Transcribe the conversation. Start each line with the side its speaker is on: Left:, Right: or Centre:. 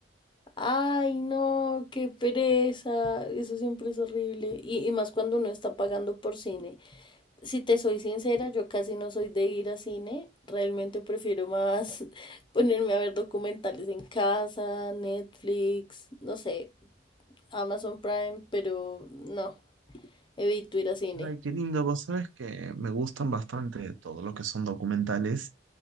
Left: Ay, no, qué pereza. Eso siempre es horrible. Y, y más cuando uno está pagando por cine. Si te soy sincera, yo casi no soy de ir a cine. Realmente prefiero más <laughs> ponerme a ver documentales en casa, Netflix, no sé, Amazon Prime, pero no, evito ir a cine.
Right: Ay, qué lindo, vos sabes que me gustan bastante todo lo que son documentales